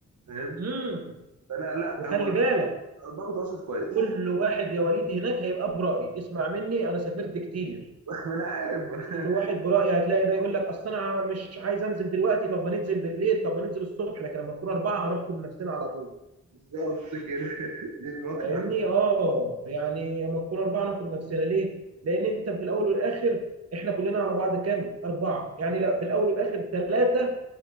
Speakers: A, on the right (about 75°); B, on the right (about 55°).
A: فاهم
B: <laughs> امم
A: فانا لا
B: وخلي
A: هو
B: بالك
A: ضابط وسط كويس
B: كل واحد يا وليد هناك هيبقى برأي اسمع مني انا سافرت كتير
A: <laughs> ما انا عارف <laughs>
B: كل واحد برأي هتلاقي ده يقول لك اصل انا مش عايز انزل دلوقتي طب ما ننزل بالليل طب ما ننزل الصبح لكن لما نكون اربعه هنحكم نفسنا على طول
A: بالظبط كده <laughs> دي المواقف
B: فاهمني
A: اللي هتحصل.
B: اه يعني لما نكون اربعه نحكم نفسنا ليه؟ لان انت في الاول والاخر احنا كلنا على بعض كام؟ اربعه يعني لا في الاول والاخر ثلاثه